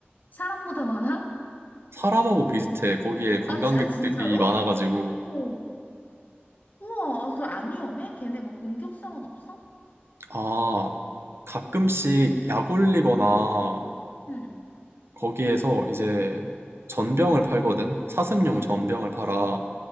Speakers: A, on the left; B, on the right.
A: 사람보다 많아?
B: 사람하고 비슷해. 거기에 관광객들이
A: 아, 지, 아 진짜로?
B: 많아가지고.
A: 어. 우와, 그 안 위험해? 걔네 뭐 공격성은 없어?
B: 아, 가끔씩 약 올리거나
A: 응. 응.
B: 거기에서 이제 전병을 팔거든? 사슴용 전병을
A: 어.
B: 팔아.